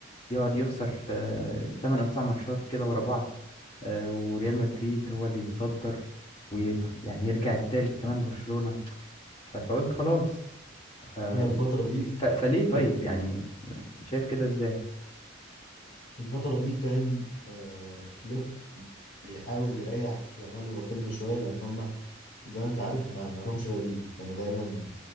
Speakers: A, on the left; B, on the left.
A: يقعد يخسر في ثمان او تسع ماتشات كده ورا بعض آه، وريال مدريد هو اللي يتصدر ويعني يرجع التالت كمان برشلونه ف- فقلت خلاص ف...
B: هي الفتره دي
A: ف... فليه طيب
B: كان
A: يعني شايف كده ازاي
B: الفتره دي كان آه، فليب بيحاول يريح يامال ورافينيا شويه لان هم زي ما انت عارف ما ما لهمش بديل كانوا دايما